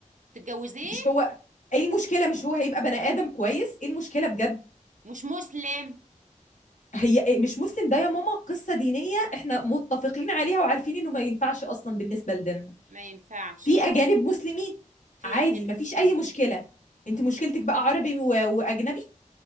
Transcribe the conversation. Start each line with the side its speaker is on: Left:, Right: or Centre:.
Right: تتجوزيه
Left: مش هو ايه المشكله مش هو هيبقى بني ادم كويس ايه المشكله بجد
Right: مش مسلم
Left: هي آه، مش مسلم ده يا ماما قصة دينية احنا متفقين عليها وعارفين انه ما ينفعش اصلا بالنسبة لديننا
Right: ما ينفعش
Left: في
Right: اه
Left: اجانب مسلمين
Right: في
Left: عادي
Right: اجانب
Left: ما فيش
Right: مسلمين
Left: اي مشكلة انت مشكلتك بقى عربي و- واجنبي